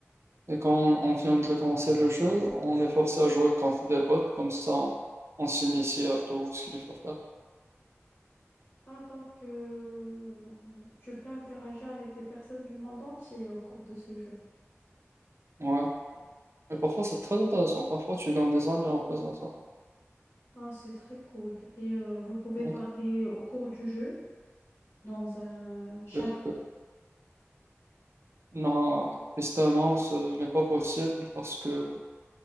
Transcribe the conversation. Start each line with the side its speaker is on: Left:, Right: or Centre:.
Right: Et quand on, on vient de commencer le jeu, on est forcé à jouer contre des bots, comme ça on, on s'initie à tout ce qu'il faut faire.
Left: Ah, donc, euh, tu peux interagir avec des personnes du monde entier au cours de ce jeu.
Right: Ouais. Mais parfois, c'est très intéressant. Parfois, tu gagnes des amis en faisant ça.
Left: Ah, c'est très cool. Et euh, vous pouvez
Right: Ouais.
Left: parler au cours du jeu dans un chat.
Right: Euh, non, justement, ce n'est pas possible parce que